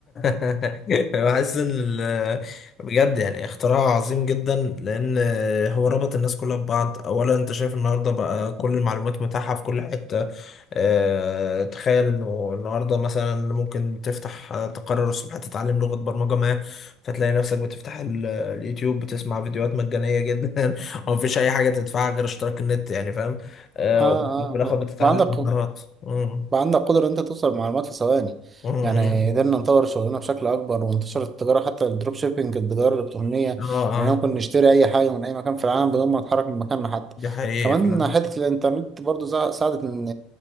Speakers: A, on the left; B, on the right.
A: <laughs> بحس ان ال- بجد يعني اختراع عظيم جدا لان هو ربط الناس كلها ببعض اولا انت شايف النهارده بقى كل المعلومات متاحه في كل حته آه، تخيل انه النهارده مثلا ممكن تفتح آه، تقرر الصبح تتعلم لغه برمجه ما فتلاقي نفسك بتفتح ال- اليوتيوب بتسمع فيديوهات مجانيه جدا <laughs> ومفيش اي حاجه تدفعها غير اشتراك النت يعني فاهم آه،
B: اه اه
A: وفي الاخر بتتعلم
B: وعندك
A: مهارات مم.
B: بقى عندك قدرة إن أنت توصل لمعلومات في ثواني
A: مم.
B: يعني قدرنا نطور شغلنا بشكل أكبر وانتشرت التجارة حتى الدروب شيبينج التجارة الإلكترونية
A: اه اه
B: يعني ممكن نشتري أي حاجة من أي مكان في العالم بدون ما نتحرك من مكاننا حتى
A: دي حقيقي
B: كمان
A: فعلا
B: حتة الإنترنت برضو زا- ساعدت إن